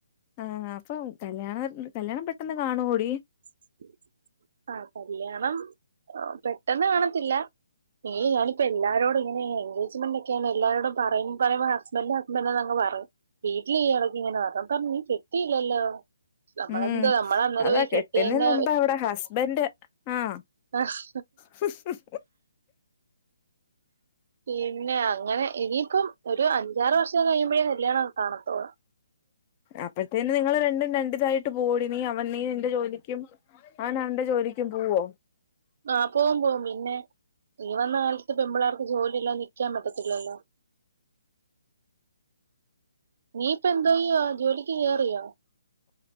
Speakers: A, on the left; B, on the right.
A: ആഹ് അപ്പൊ കല്യാണ കല്യാണം പെട്ടെന്ന് കാണുവോടി
B: <inaudible> ആഹ് കല്യാണം പെട്ടെന്ന് കാണത്തില്ല ഏയ് ഞാനിപ്പോ എല്ലാരോടും ഇങ്ങനെ എൻഗാജ്മെന്റക്കെയാണ് എല്ലാരോടും പറയു പറയുമ്പൊ ഹസ്ബൻഡ് ഹസ്ബൻഡന്നങ് പറയും വീട്ടിലീയെടക്കിങ്ങനെ പറഞ് അപ്പ നീ കെട്ടിയില്ലല്ലോ നമ്മളെന്തോ
A: മ്മ്
B: നമ്മളന്നേരം
A: അതാ
B: ഈ
A: കെട്ടുന്നേ
B: കെട്ടിയതിന്റെ
A: മുമ്പവടെ ഹസ്ബന്റ് ആഹ്
B: ആഹ്
A: മ്മ് ഹ്
B: പിന്നെ അങ്ങനെ ഇനിയിക്കം ഒരു അഞ്ചാറ് വർഷം കഴിയുമ്പോഴേ കല്യാണം കാണത്തൊള്
A: അപ്പഴത്തേന് നിങ്ങള് രണ്ടും രണ്ടിതായിട്ട് പോവോടി നീ അവൻ നീ നിന്റെ ജോലിക്കും അവനവന്റെ ജോലിക്കും പോവോ
B: ആ പോവും പോവും പിന്നെ ഇനി വന്ന കാലത്ത് പെമ്പിള്ളാർക്ക് ജോലി ഇല്ലാതെ നിക്കാൻ പറ്റത്തില്ലല്ലോ നീയിപ്പെന്തോയ്യാ ജോലിക്ക് ക്കെറിയോ